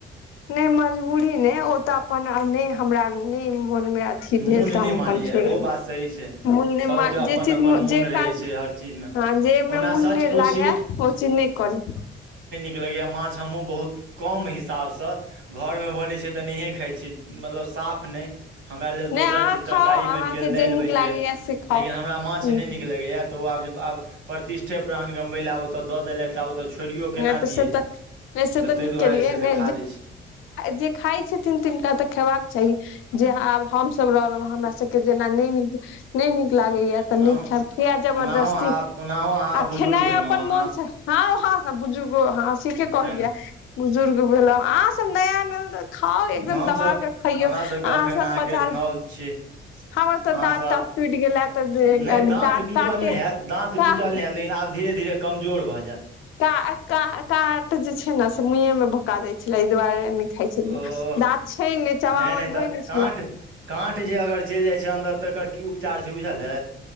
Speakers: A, on the left; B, on the right.
A: नहि मजबूरी नहि ओ तऽ अपन नहि हमरा नहि मन मे अथी भेल
B: मोन
A: तऽ
B: नहि
A: हम अपन
B: मानैए
A: छो
B: ओहो बात सही छै
A: मन
B: सभके अपन
A: जे चीज
B: अपन मोन
A: जे
B: रहै
A: काज
B: छै हर चीजमे
A: ह जेमे
B: ओना
A: मन
B: सच
A: नहि
B: पूछी
A: लागे ओ चीज नहि करी
B: लगेया माछ हमहुँ बहुत कम हिसाबसँ घरमे बनै छै तऽ नहिए खाइ छियै मतलब साफ नहि हमरा लेल
A: नहि
B: दोसर
A: अहाँ
B: चीज
A: खाउ
B: तरकारी
A: अहाँके
B: बनि गेल दालि
A: जे नीक
B: बनि
A: लागैया
B: गेल
A: से खाउ
B: लेकिन हमरा माछ
A: ह
B: नहि नीक लगैय त आब आब प्रतिठे प्राण गमब ल आबत द देले आब छोड़ियो केना
A: नहि तऽ
B: दियै
A: से तऽ नहि से तऽ
B: ताहि
A: नीक
B: दुआरे
A: केलियै
B: जे छै
A: ने
B: से खा लै छी
A: जे खाइ छथिन तिनका तऽ खेबाक चाही जे आब हम सब रहलहु हमरा सबके त नै नीक नै नीक लाग्यय
B: नहि
A: तऽ
B: ओनाहो
A: जरदस्ती
B: ओनाहो अहाँ ओनाहो अहाँ
A: आ
B: बुजुर्ग
A: खेनाइ
B: भेलहुँ
A: अपन
B: अहाँ
A: मनसँ हँ हँ बुजुर्ग हँसी के कहलियै
B: तेना
A: बुजुर्ग भेल आह सब नया खाउ एकदम
B: हमसभ
A: दबा क खइयौ
B: हमरा
A: अहाँ
B: सभके एखन
A: सब
B: अहाँके
A: पचा
B: नव छी
A: हमर
B: अहाँसभ
A: तऽ दाँत ताँत
B: आब
A: टूटि गेला तऽ
B: नहि
A: दाँत
B: टूटल
A: काटे
B: नहि हैत दाँत
A: काट
B: टूटल नहि हैत लेकिन आब धीरे धीरे कमजोर भऽ जायत
A: त का का काट जे छै ने से मुहें मे भोका जाइ छै छै एहि दुआरे नहि खाइ छल
B: ओ
A: गाछ छै ने चावल
B: नहि नहि तऽ
A: होइ ने
B: काँट
A: छल
B: काँट जे अगर चलि जाइ छै अन्दर तऽ एकर की उपचार छै बुझलै